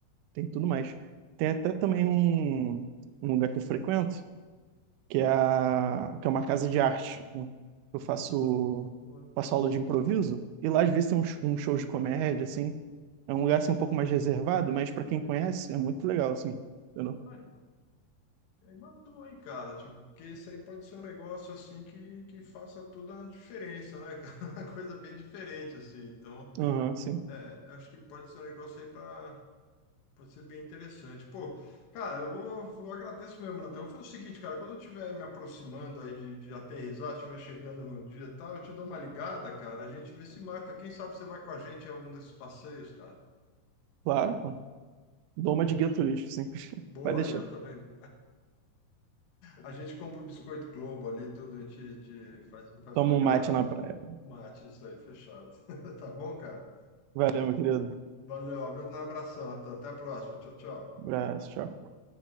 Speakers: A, on the right (about 85°); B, on the left (about 70°).
A: tem tudo mais. Tem até também um, um lugar que eu frequento, que é, a, que é uma casa de arte. né? Eu faço,
B: Boa,
A: faço aula de improviso e lá às vezes tem uns, uns shows de comédia, assim. É um
B: boa.
A: lugar assim, um pouco mais reservado, mas para quem conhece é muito legal, assim. Entendeu?
B: Aí, aí matou, hein, cara? Tipo, porque isso aí pode ser um negócio assim que, que faça toda a diferença, né, cara? <laughs> Uma coisa bem diferente, assim. Então,
A: Aham, sim.
B: é, acho que pode ser um negócio aí para Pode ser bem interessante. Pô, cara, eu vou, eu agradeço mesmo, Natan. Eu vou fazer o seguinte, cara, quando eu estiver me aproximando aí de, de aterrissar, estiver chegando no dia e tal, eu te dou uma ligada, cara. A gente vê se marca. Quem sabe você vai com a gente em algum desses passeios, cara.
A: Claro, pô. Dou
B: Pô,
A: uma de gueto lixo, sim. <laughs>
B: Boa
A: Vai deixar.
B: aí, ó, tá vendo? A gente compra o biscoito Globo ali, tudo, a gente, te faz, faz
A: Toma
B: uma
A: um
B: graça.
A: mate na
B: ó.
A: praia.
B: Mate, isso aí, fechado. <laughs> Tá bom, cara?
A: Valeu, meu querido.
B: Valeu, um abração, Natan. Até a próxima. Tchau, tchau.
A: Abraço, tchau.